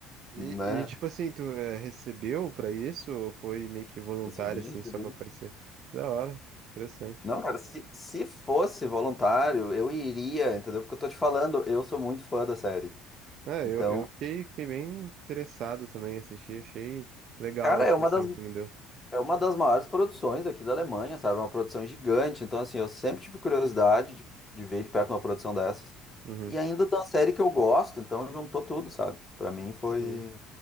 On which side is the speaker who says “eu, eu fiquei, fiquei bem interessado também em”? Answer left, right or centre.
Right